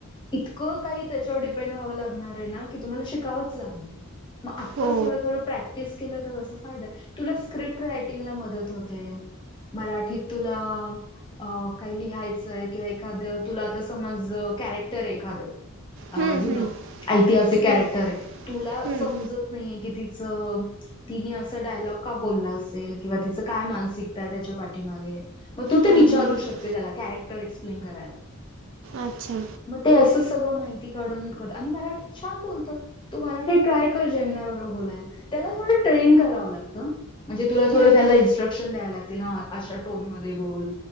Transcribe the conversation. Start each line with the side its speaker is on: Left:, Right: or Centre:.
Left: इतकं काही त्याच्यावर डिपेंड व्हावं लागणार आहे ना, की, तुम्हाला शिकावंच लागणार आहे. मग आत्ताच
Right: हो
Left: थोडं-थोडं प्रॅक्टिस केलं, तर असं फायदा हाय. तुला स्क्रिप्ट राटिंगला मदत होते. मराठीत तुला अ, काही लिहायचंय किंवा एखादं तुला आता समज कॅरेक्टर आहे एखादं अ,
Right: हम्म,
Left: जुन
Right: हम्म,
Left: ऐतिहासिक कॅरेक्टर
Right: हम्म,
Left: आहे, तुला
Right: हम्म.
Left: समजत नाहीये की तिचं तिने असं डायलॉग का बोलला अस. ते किंवा की तिच, काय मानसिकता आहे त्याच्या पाठीमागे. मग तू ते
Right: हां
Left: विचारू
Right: हां
Left: शकते त्याला कॅरे एक्सप्लेन करायला.
Right: अच्छा.
Left: मग ते असं सगळं माहिती काढून कर आणि मराठीत छान बोलतात. तू मराठी ट्राय कर जेमीनाय बरोबर बोलायला, त्याला थोडं ट्रेन करावं लागतं. म्हणजे तुला थोडं
Right: हम्म
Left: -थोडं त्याला इन्स्ट्रक्शन द्याय लागतय ना हा, अशा टोन मध्ये बोल.